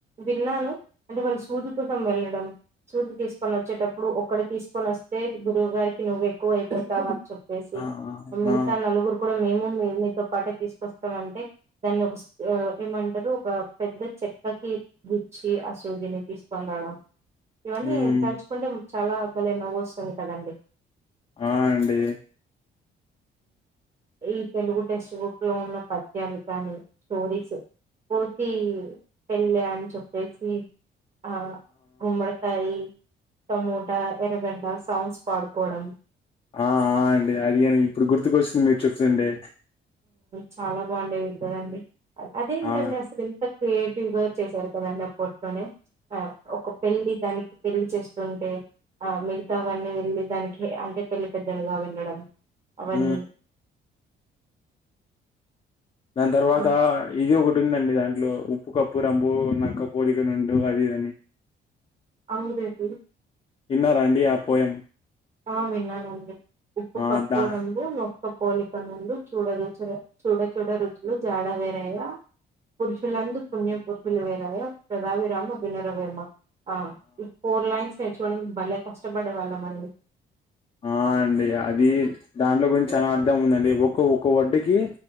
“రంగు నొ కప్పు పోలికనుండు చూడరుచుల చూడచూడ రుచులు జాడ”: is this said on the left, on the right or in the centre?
Right